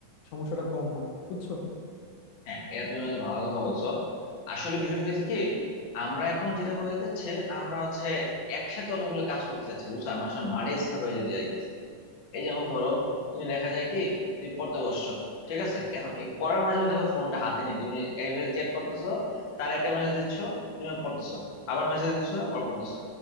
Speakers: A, on the left; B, on the left.
A: সমস্যাটা কম হয় বুঝছো
B: হ্যাঁ এটা তুমি হচ্ছে ভালো কথা বলছো আসলে বিষয়টা হয়েছে কি আমরা এখন যেটা হয়ে যাচ্ছে আমরা হচ্ছে একসাথে অনেকগুলো কাজ করতে চাচ্ছি বুঝছো আমরা আসলে মারে হয়ে যেতে চাইছি এই যেমন ধরো তুমি দেখা যায় কি তুমি পড়তে বসছো ঠিক আছে এখন এই পড়ার মাঝে মাঝে দেখো ফোনটা হাতে নিয়ে তুমি একজনের চ্যাট করতেছো তার একটা মেসেজ দিচ্ছ তুমি পড়তেছো আবার মেসেজ দিচ্ছ আবার পড়তেছো